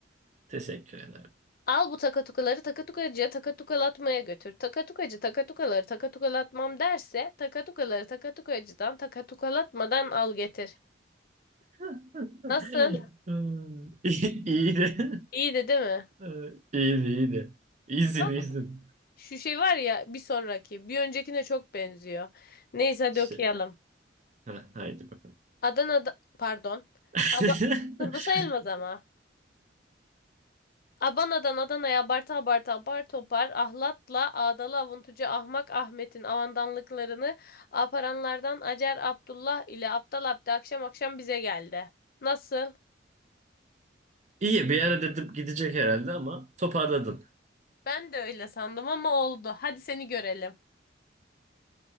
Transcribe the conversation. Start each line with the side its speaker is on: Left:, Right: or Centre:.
Right: Teşekkür ederim.
Left: Al bu takatukaları takatukacıya takatukalatmaya götür. Takatukacı takatukaları takatukalatmam derse takatukaları takatukacıdan takatukalatmadan al getir.
Right: <laughs>
Left: Nasıl?
Right: Hmm, İyi iyiydi.
Left: İyiydi değil mi?
Right: <laughs> İyiydi, iyiydi. İyisin,
Left: Ya,
Right: iyisin.
Left: şu şey var ya bir sonraki. Bir öncekine çok benziyor. Neyse hadi
Right: Şey,
Left: okuyalım.
Right: ha, haydi bakalım.
Left: Adana'da pardon.
Right: <laughs>
Left: Ad- Dur bu sayılmaz ama. Abana'dan Adana'ya abarta abarta apar topar ahlatla ağdalı avuntucu ahmak Ahmet'in avandanlıklarını aparanlardan Acar Abdullah ile Aptal Abdi akşam akşam bize geldi. Nasıl?
Right: İyi, bir ara dedim gidecek herhalde ama toparladın.
Left: Ben de öyle sandım ama oldu. Hadi seni görelim.